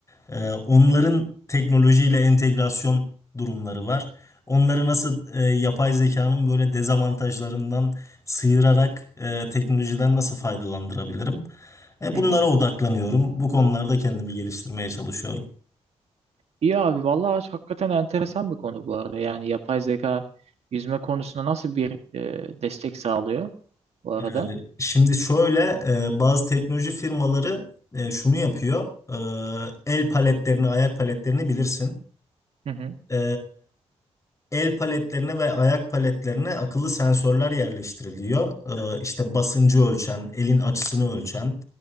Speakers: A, on the left; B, on the right.
A: E, onların
B: hı hı
A: teknolojiyle entegrasyon durumları var. Onları nasıl e, yapay zekanın böyle dezavantajlarından sıyırarak e, teknolojiden nasıl faydalandırabilirim? E,
B: hı
A: bunlara
B: hı.
A: odaklanıyorum. Bu konularda kendimi geliştirmeye çalışıyorum.
B: İyi abi vallahi hakikaten enteresan bir konu bu arada. Yani yapay zeka yüzme konusunda nasıl bir e, destek sağlıyor bu arada?
A: E, şimdi şöyle e, bazı teknoloji firmaları e, şunu yapıyor. E, el paletlerini, ayak paletlerini bilirsin.
B: Hı hı
A: E, El paletlerine ve ayak paletlerine akıllı sensörler yerleştiriliyor. Ee, işte basıncı ölçen, elin açısını ölçen.